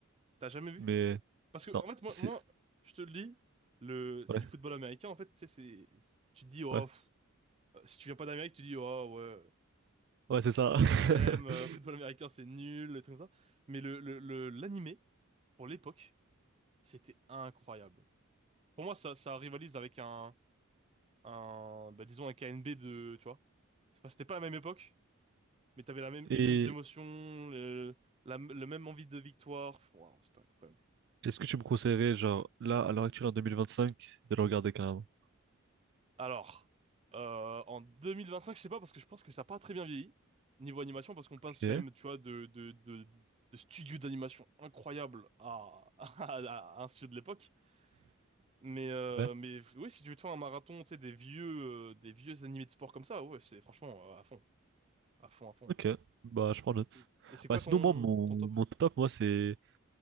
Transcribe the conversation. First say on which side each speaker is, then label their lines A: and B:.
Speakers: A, on the right; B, on the right.
A: T'as jamais vu?
B: Mais...
A: Parce que, en
B: Non,
A: fait, moi,
B: c'est...
A: moi, je te le dis, le... c'est
B: Ouais,
A: du football américain. En fait, tu sais, c'est. Tu te dis, oh,
B: ouais.
A: pff, euh, si tu viens pas d'Amérique, tu dis, oh, ouais.
B: Ouais, c'est ça.
A: la, la flemme,
B: <laughs>
A: euh, football américain c'est nul, des trucs comme ça. Mais le, le, le- l'animé, pour l'époque, c'était incroyable. Pour moi, ça, ça rivalise avec un, un, bah, disons un k n b de, tu vois. C'est pas- C'était pas la même époque, mais t'avais la même, les
B: Et
A: mêmes émotions, le, la, le même envie de victoire. Waouh, c'était incroyable.
B: est-ce que tu me conseillerais, genre, là, à l'heure actuelle, en 2025, de le regarder, carrément?
A: Alors, euh, en 2025, je sais pas, parce que je pense que ça a pas très bien vieilli, niveau animation, parce qu'on
B: Ok.
A: passe quand même, tu vois, de, de, de, de studios d'animation incroyables à, <laughs> à, à un studio de l'époque. Mais, euh,
B: Ouais.
A: mais oui, si tu veux te faire un marathon, tu sais, des vieux, euh, des vieux animés de sport comme ça, ouais, c'est franchement euh, à fond, à fond, à fond.
B: Ok, bah je prends note.
A: Et, et c'est quoi
B: Bah sinon
A: ton,
B: moi mon,
A: ton top?
B: mon top moi c'est.